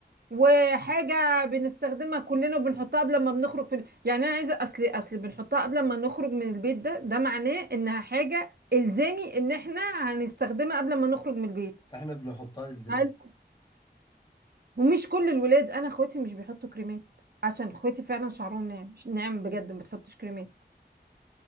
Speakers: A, on the right; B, on the left.
A: وحاجه بنستخدمها كلنا وبنحطها قبل ما بنخرج في ال... يعني انا عايزه اصل اصل بنحطها قبل ما نخرج من البيت ده ده معناه انها حاجه الزامي ان احنا هنستخدمها قبل ما نخرج من البيت
B: احنا بنحطها الزام
A: هل ومش كل الولاد انا اخواتي مش بيحطوا كريمات عشان اخواتي فعلا شعرهم ناعم مش ناعم بجد ما بتحطش كريمات